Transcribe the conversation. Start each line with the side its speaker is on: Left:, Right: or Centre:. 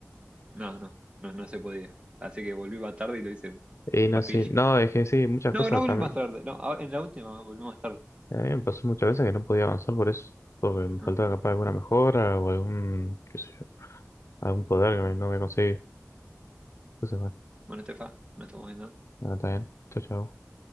Right: no, no, no, no se podía. Así que volví más tarde y lo hice
Left: Y no,
Right: papilla.
Left: sí. No, es que sí, muchas
Right: No,
Left: cosas
Right: no volví
Left: también.
Right: más tarde, no, ahora- en la última volví más tarde.
Left: A mí me pasó muchas veces que no podía avanzar por eso. Porque me faltaba
Right: Ah,
Left: capaz alguna mejora o algún, qué sé yo, algún poder que no había conseguido. Entonces, bueno,
Right: Bueno, Estefa, nos estamos viendo.
Left: nada, está bien. Chao, chao.